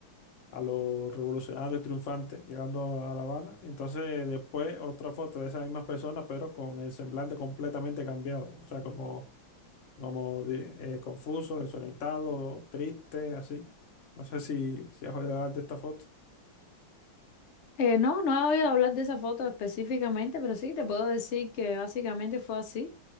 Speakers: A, on the left; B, on the left.
A: a los revolucionarios triunfantes llegando a La Habana. Entonces después otra foto de esas mismas personas, pero con el semblante completamente cambiado, o sea, como como de- eh, confuso, desorientado, triste, así. No sé si, si has oído hablar de esta foto.
B: Eh, no, no he oído hablar de esa foto específicamente, pero sí te puedo decir que básicamente fue así.